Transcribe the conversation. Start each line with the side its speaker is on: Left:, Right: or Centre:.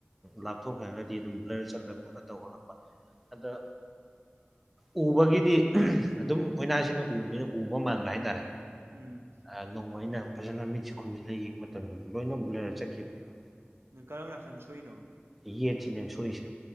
Centre: ꯂꯥꯞꯊꯣꯛꯈ꯭ꯔꯒꯗꯤ ꯑꯗꯨꯝ ꯕꯂꯨꯔ ꯆꯠꯂ ꯈꯣꯠꯂ ꯇꯧꯔꯛꯄ ꯑꯗ ꯎꯕꯒꯤꯗꯤ ꯑꯗꯨꯝ ꯑꯣꯏꯅꯥꯁꯤꯡꯅ ꯎꯕꯅꯤꯅ ꯎꯕ ꯃꯥꯟꯕ ꯍꯥꯏꯇꯥꯔꯦ
Right: ꯎꯝ
Centre: ꯑ ꯅꯣꯡꯃ ꯑꯩꯅ ꯐꯖꯅ ꯃꯤꯠꯁꯤ ꯈꯨꯝꯁꯤꯗ ꯌꯦꯡꯕ ꯃꯇꯝꯗ ꯂꯣꯏꯅ ꯕ꯭ꯂꯔ ꯆꯠꯈꯤꯕꯅꯦꯕ
Right: ꯀꯔꯝ ꯅꯥꯀꯥꯟ ꯁꯣꯛꯏꯅꯣ
Centre: ꯌꯦꯠ ꯁꯤꯅꯦ ꯁꯣꯛꯏꯁꯦ